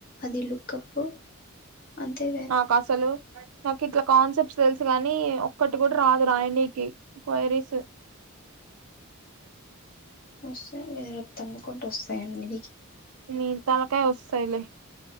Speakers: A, on the left; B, on the right.
A: అది లుక్ అప్ అంతే
B: నాకు అసలు నాకు ఇట్లా కాన్సెప్ట్స్ తెలుసు కాని ఒక్కటి కూడా రాదు రాయనీకి క్వైరీస్
A: వస్తాయండి రేపు తన్నుకుంటూ వస్తాయి అన్ని
B: మీ తలకాయ వస్తాయిలే